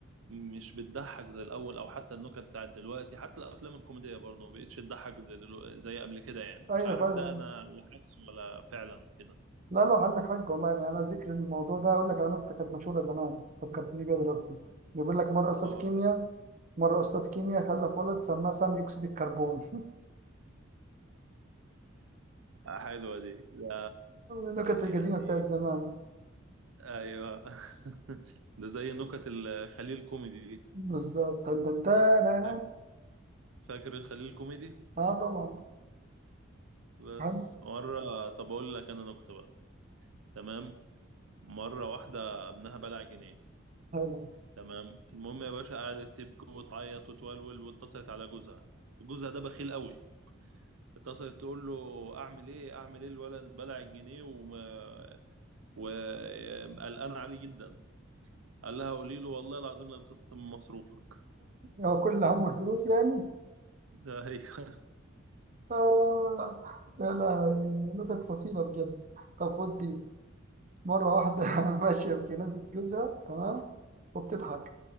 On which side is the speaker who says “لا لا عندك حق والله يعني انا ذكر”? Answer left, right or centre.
Right